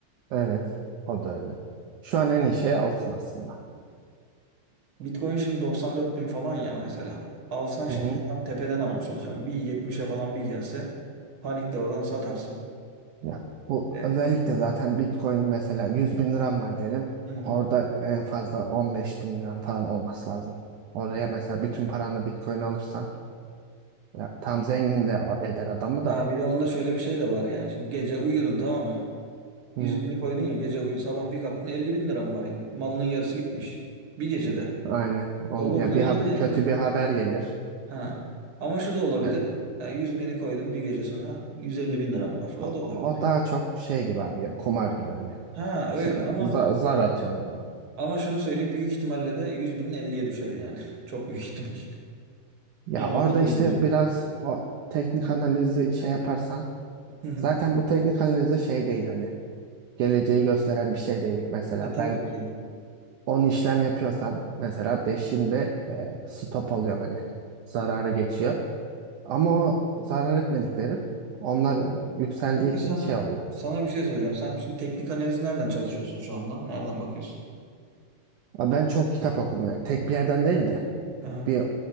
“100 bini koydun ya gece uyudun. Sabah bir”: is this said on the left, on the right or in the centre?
Right